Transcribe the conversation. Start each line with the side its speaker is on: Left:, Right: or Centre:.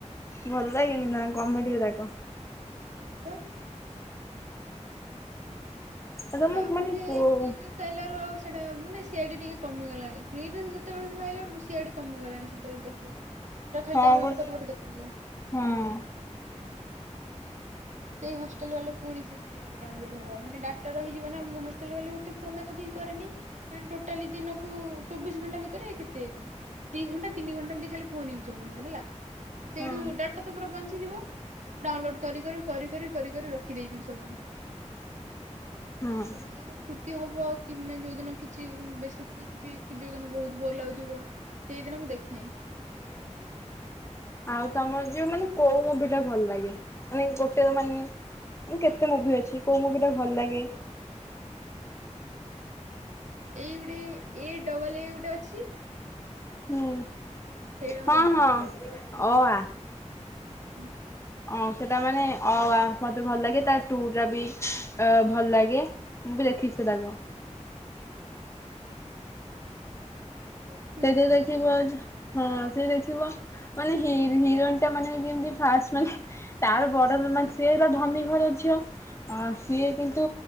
Left: ଭଲ ଲାଗେନି ନା କମେଡି ଗୁରାକ।
Right: ହଁ ବା।
Left: ହେରା ମୁଁ
Right: ତାପରେ
Left: ମାନେ କୋଉ
Right: ଫ୍ରିରେ ସାଇଲାରୁ ଆଉ ଆଉ ସେଇଟା ମାନେ ସିଆଡେ ଟିକେ କମିଗଲାଣି ଫ୍ରିରେ ଯେତେବେଳେଠୁ ଆଇଲା ସିଆଡେ କମିଗଲାଣି ସେତେବେଳେ ଟିକେ। ଏଟା ଖାଲି
Left: ହଁ
Right: ଡାଉଲୋଡ୍
Left: ଗୋ
Right: କରି ଦବ ଦେଖୁଚି।
Left: ହଁ।
Right: ସେଇ ହଷ୍ଟେଲ ବାଲା ପୁଣି ସେଇ ସିଆ ହେଟା ଆଇଡି ଡାଉଲୋଡ଼ ହବ ମାନେ ଡାଟା ରହିଯିବ ନା ମୁଁ ହଷ୍ଟେଲ ଗଲେ ଏତେ ଫୋନ୍ ଦେଖାଦେଖି କରେନି। ମାନେ ଟୋଟାଲି ଦିନକୁ ଚବିଶ ଘଣ୍ଟା ଭିତରେ କେତେ? ଦି ଘଣ୍ଟା ତିନି ଘଣ୍ଟା ଏମତି ଖାଲି ଫୋନ ଇଉଜ ହବ ମୋର ହେଲା। ତ ସେଇଠୁ
Left: ହଁ
Right: ଡାଟା ତ ପୁରା ବଞ୍ଚିଯିବ ମୁ ଡାଉଲୋଡ କରି କରି କରି କରି ରଖିଦେଇଥିବି ସବୁ।
Left: ହଁ।
Right: ଆଉ ଯୋଉ ଦିନ ଛୁଟି ହବ କି ମାନେ ଯୋଉ ଦିନ କିଛି ବେଶୀ ଫ୍ରୀ ଥିବି ଯୋଉ ଦିନ ବହୁତ ବୋର ଲାଗୁଥିବ ସେଇଦିନ ମୁଁ ଦେଖେ ସେ ସବୁ।
Left: ଆଉ ତମର ଯୋଉ ମାନେ କୋଉ ମୁଭି ଟା ଭଲ ଲାଗେ ମାନେ ଗୋଟେ ମାନେ ମାନେ କେତେ ମୁଭି ଅଛି କୋଉ ମୁଭି ଟା ଭଲ ଲାଗେ?
Right: ଏଇ ଗୋଟେ ଏ ଡବଲ ଏ ଗୋଟେ ଅଛି।
Left: ହୁଁ
Right: ସେଇଟା ମତେ
Left: ହଁ
Right: ଭାରି
Left: ହଁ
Right: ଭଲ ଲାଗେ।
Left: ଅ ଆ।
Right: ହୁଁ।
Left: ଅଁ ସେଟା ମାନେ ଅ ଆ ମତେ ଭଲ ଲାଗେ ତା ଟୁ ଟା ବି ଭଲ ଲାଗେ। ମୁଁ
Right: ହଁ ଭଲ
Left: ବି
Right: ଲାଗେ।
Left: ଦେଖିଚି ସେଟାଗ।
Right: ତା ବୋହୁତୁ
Left: ସେ ଯେ ଦେଖିବ ଆଜ ହଁ ସେ ଦେଖିବ। ମାନେ ହିର ହିରୋଇନ ଟା ମାନେ କେମତି ଫାଷ୍ଟ ମାନେ ତାର ବଡ ମାନେ ସିଏ ହେଲା ଧନୀ ଘର ଝିଅ। ହ
Right: ହୁଁ
Left: ସିଏ କିନ୍ତୁ